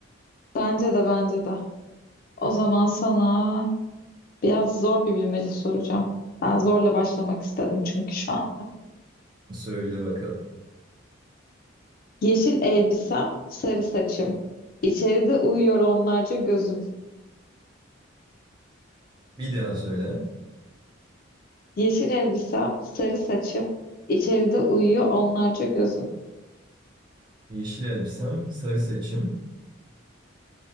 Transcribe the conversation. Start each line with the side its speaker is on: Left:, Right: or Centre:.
Left: Bence de bence de. O zaman sana biraz zor bir bilmece soracağım. Ben zorla başlamak istedim çünkü şu an.
Right: Söyle bakalım.
Left: Yeşil elbisem, sarı saçım. İçeride uyuyor onlarca gözüm.
Right: Bir daha söyle.
Left: Yeşil elbisem, sarı saçım. İçeride uyuyor onlarca gözüm.
Right: Yeşil elbisem, sarı saçım.